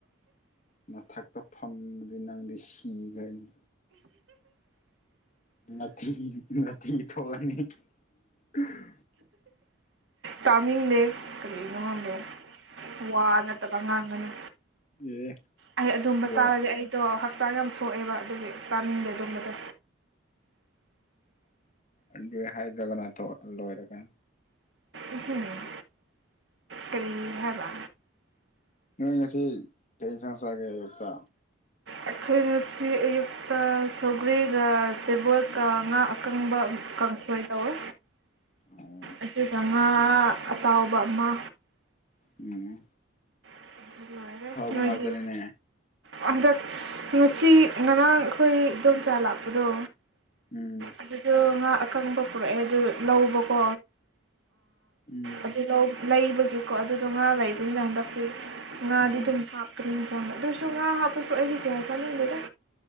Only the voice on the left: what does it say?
ꯃꯊꯛꯇ ꯐꯝꯕꯗꯤ ꯅꯪꯗꯤ ꯁꯤꯒ꯭ꯔꯅꯤ <unintelligible>
ꯑꯦ
ꯕꯣ
ꯑꯗꯨ ꯍꯥꯏꯗ꯭ꯔꯒꯅ ꯊꯣꯛ ꯂꯣꯏꯔꯒ
ꯅꯣꯏ ꯉꯁꯤ ꯀꯩ ꯏꯟꯁꯥꯡ ꯆꯥꯒꯦ ꯑꯌꯨꯛꯇ
ꯎꯝ
ꯎꯝ
ꯁꯥꯎꯕ
ꯉꯥꯛꯗꯅꯤꯅꯦ
ꯎꯝ
ꯎꯝ
ꯎꯝ